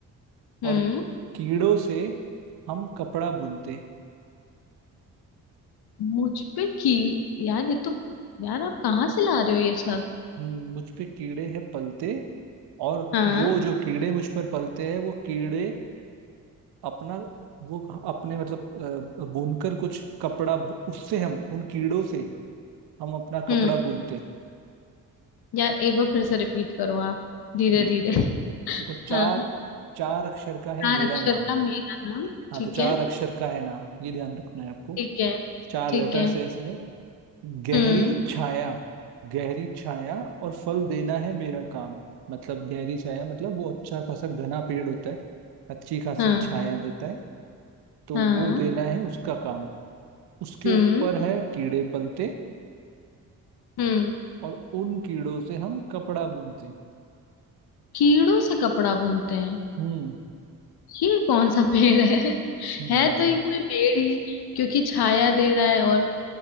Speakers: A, on the right; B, on the left.
A: और
B: हम्म
A: कीड़ों से हम कपड़ा बुनते
B: मुझ पे की यार ये तो यार आप कहाँ से ला रहे हो ये सब
A: हम्म, मुझ पे कीड़े हैं पलते और
B: हाँ
A: वो जो कीड़े मुझ पर पलते हैं वो कीड़े अपना वो अपने मतलब अ, बुनकर कुछ कपड़ा बु- उससे हम उन कीड़ों से हम अपना
B: हम्म
A: कपड़ा बुनते
B: यार एक बार फिर से रिपीट करो आप धीरे
A: ठीक
B: धीरे
A: है देखो चार
B: हाँ
A: चार अक्षर का है
B: चार
A: मेरा
B: अक्षर
A: नाम
B: का मेरा नाम
A: हाँ
B: ठीक
A: तो चार
B: है
A: अक्षर का है नाम ये ध्यान रखना है आपको
B: ठीक है
A: चार
B: ठीक
A: लेटर्स
B: है
A: है इसमें गहरी
B: हम्म
A: छाया गहरी छाया और फल देना है मेरा काम मतलब गहरी छाया मतलब वो अच्छा खासा घना पेड़ होता है अच्छी खासी
B: हाँ
A: छाया देता है तो
B: हाँ
A: वो देना है उसका काम उसके
B: हम्म
A: ऊपर है कीड़े पलते
B: हम्म
A: और उन कीड़ों से हम कपड़ा बुनते हैं
B: कीड़ों से कपड़ा बुनते हैं
A: हम्म
B: ये कौन सा पेड़ है <laughs>
A: हम्म
B: है
A: हम्म,
B: तो ये कोई पेड़ ही क्योंकि छाया दे रहा है और